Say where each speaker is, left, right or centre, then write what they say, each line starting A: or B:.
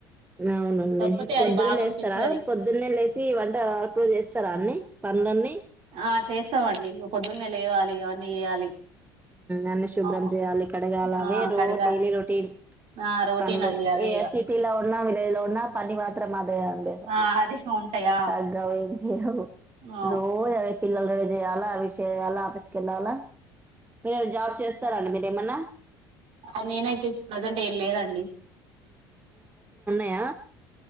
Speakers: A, on the right; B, on the right.
A: అవునండి
B: కాకపోతే
A: పొద్దున్న
B: అది బాగనిపిస్తది
A: లేస్తారా? పొద్దున్న లేచి వంట అప్పుడు చేస్త ఇస్తారా అండి పనులన్నీ
B: ఆ చేస్తామండి పొద్దున్నే లేవాలి అవన్నీ చేయాలి
A: అన్నీ శుభ్రం
B: ఆ
A: చేయాలి కడగాల
B: ఆ
A: అవే రో
B: కడిగా
A: డైలీ రొటీన్.
B: ఆ రోటీన్
A: పనులు
B: అండి అదే
A: ఏ
B: ఇగ
A: సిటీలో ఉన్నా, విలేజ్ లో ఉన్నా పని మాత్రం అదే అండి
B: ఆ అదే ఉంటాయా
A: తగ్గవు ఏం చేయవు
B: ఆ
A: రోజూ అవే. పిల్లలు రెడీ చేయాల అవి చేయాల ఆఫీస్ కి వెళ్ళాల మీరు జాబ్ చేస్తారండి మీరు. ఏమన్నా
B: ఆ నేనైతే ప్రజెంట్ ఏం లేదండి.
A: ఆయా <unintelligible>